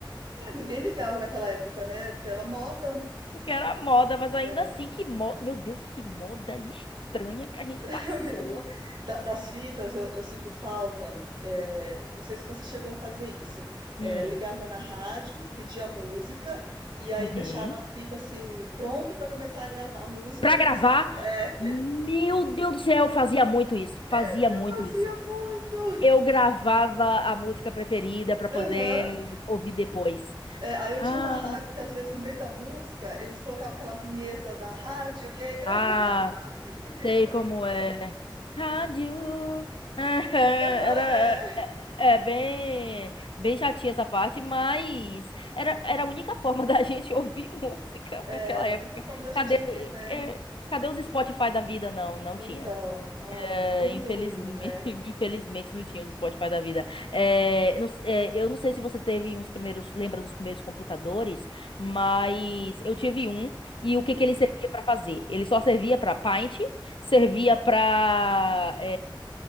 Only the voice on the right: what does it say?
É, ninguém ligava naquela época, né? Porque era moda.
É.
<laughs>
mesmo. Da- das fitas, eu, eu sinto falta. é, não sei se você chegou a fazer isso. É,
ligava na rádio, pedia música, e aí
deixava a fita assim, pronta para começar a gravar a música
que
você podia. É,
<laughs> eu
fazia
muito.
Aham,
É, aí eu
tinha uma rádio que às vezes no meio da música eles colocavam aquela vinheta da rádio e aí gravava
<laughs> a vinheta.
Aham, é.
Era
a única forma da gente
ter, né?
Então,
ah, menina,
como
evoluiu, né?
É.
Hum,